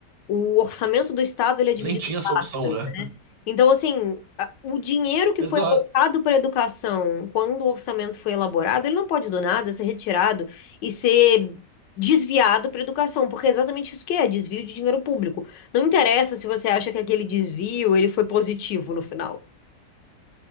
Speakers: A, on the left; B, on the right.
A: O orçamento do Estado, ele é dividido
B: Nem tinha
A: em
B: essa
A: partes.
B: opção, né? <laughs>
A: Então, assim, a- o dinheiro que
B: exato
A: foi alocado para a educação, quando o orçamento foi elaborado, ele não pode do nada ser retirado e ser desviado para a educação, porque é exatamente isso que é, desvio de dinheiro público. Não interessa se você acha que aquele desvio ele foi positivo no final.